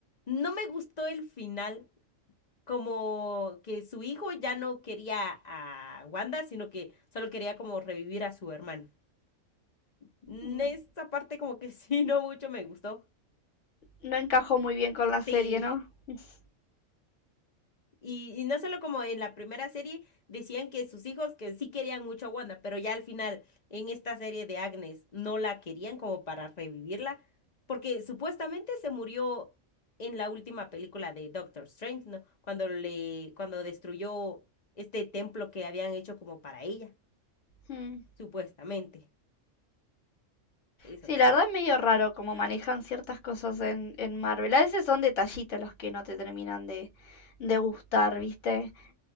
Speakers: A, on the left; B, on the left.
A: no me gustó el final. como que su hijo ya no quería a Wanda, sino que solo quería como revivir a su hermano. Mm,
B: Mm.
A: Esta parte como que <laughs> sí, no mucho me gustó.
B: No encajó muy bien con la serie,
A: Sí.
B: ¿no? <laughs>
A: Y, y no solo como en la primera serie decían que sus hijos que sí querían mucho a Wanda, pero ya al final en esta serie de Agnes no la querían como para revivirla, porque supuestamente se murió en la última película de Doctor Strange, ¿no? Cuando le, cuando destruyó este templo que habían hecho como para ella,
B: Mm.
A: supuestamente. Eso
B: Sí, la
A: sí.
B: verdad es medio raro cómo manejan ciertas cosas en, en Marvel. A veces son detallitos los que no te terminan de, de gustar, ¿viste?